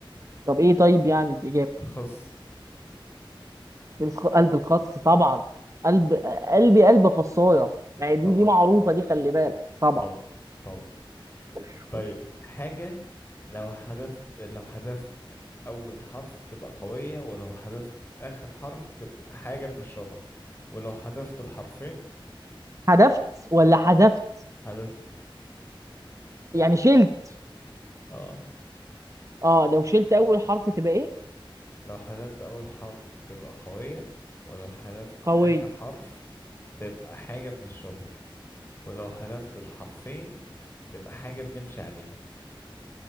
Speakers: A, on the right (about 35°); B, on the left (about 25°).
A: طب ايه طيب يعني الاجابه
B: الخص
A: الخ- قلب الخس طبعا قلب قلبي قلب خصايه يعني دي
B: طبعا
A: دي معروفه دي خلي بالك طبعا
B: طبعا طبعا
A: خش
B: طيب
A: خش
B: حاجة لو حذفت لو حذفت أول حرف تبقى قوية ولو حذفت آخر حرف تبقى حاجة بنشربها ولو حذفت الحرفين
A: حذفت
B: تبقى
A: ولا حذفت
B: حذفت
A: يعني شلت
B: اه
A: اه لو شلت اول حرف تبقى ايه
B: لو حذفت أول حرف تبقى قوية ولو حذفت
A: قوية
B: آخر حرف تبقى حاجة بنشربها ولو حذفت الحرفين تبقى حاجة بنمشي عليها